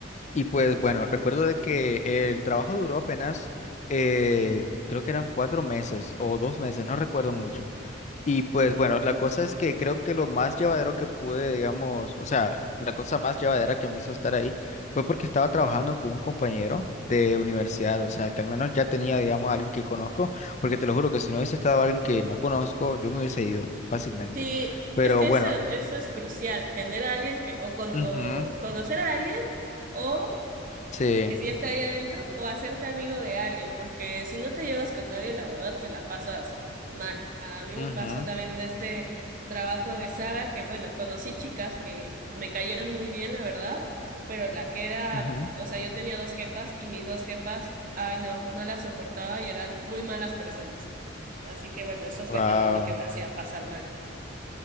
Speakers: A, on the left; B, on the right.
A: Y pues bueno, recuerdo de que el trabajo duró apenas, eh, creo que eran cuatro meses o dos meses, no recuerdo mucho. Y pues bueno, la cosa es que creo que lo más llevadero que pude, digamos, o sea, la cosa más llevadera que me hizo estar ahí fue porque estaba trabajando con un compañero de universidad, o sea, que al menos ya tenía, digamos, a alguien que conozco, porque te lo juro que si no hubiese estado alguien que no conozco, yo me hubiese ido fácilmente.
B: Sí,
A: Pero
B: es que
A: bueno,
B: eso, eso es crucial, tener a alguien que, o, con,
A: ujú,
B: o conocer a alguien, o
A: sí,
B: que si ya está ahí adentro o hacerte amigo de alguien, porque si no te llevas con nadie, la verdad que la pasas mal. A mí me
A: ujú,
B: pasó también en este trabajo de Sara, que bueno, conocí chicas que pues, me cayeron muy bien, la verdad, pero la que era,
A: ujú,
B: o sea, yo tenía dos jefas y mis dos jefas, ay no, no las soportaba y eran muy malas personas. Así que bueno, eso fue
A: Wow.
B: también lo que me hacía pasar mal.